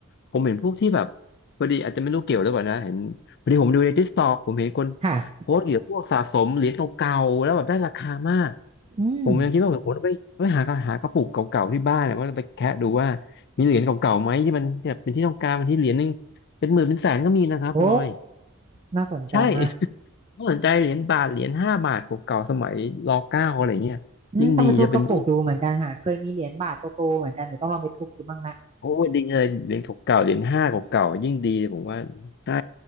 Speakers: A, on the left; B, on the right.
A: ผมเห็นพวกที่แบบพอดีอาจจะไม่รู้เกี่ยวหรือเปล่านะเห็นพอดีผมดูในทิกตอกผมเห็นคน
B: ค่ะ
A: โพสต์เกี่ยวกับพวกสะสมเหรียญเก่าๆแล้วแบบได้ราคามาก
B: อืม
A: ผมยังคิดว่าผมต้องไปไปหากรหากระปุกเก่าๆที่บ้านนะว่าจะไปแคะดูว่ามีเหรียญเก่าๆไหมที่มันแบบเป็นที่ต้องการมันที่เหรียญหนึงเป็นหมื่นเป็นแสนก็มีนะครับคุณน้อย
B: โอ้น่าสนใจมาก
A: ใช่ <laughs> ถ้าสนใจเหรียญบาทเหรียญห้าบาทเก่าๆสมัยรเก้าอะไรเงี้ยยิ่งดีจะเป็นรุ่น
B: อืมต้องไปทุบกระปุกดูเหมือนกันค่ะเคยมีเหรียญบาทโตๆเหมือนกันเดี๋ยวต้องลองไปทุบดูบ้างละ
A: โอ้ดีเลยเหรียญเก่าๆเหรียญห้าเก่าๆยิ่งดีเลยผมว่าใช่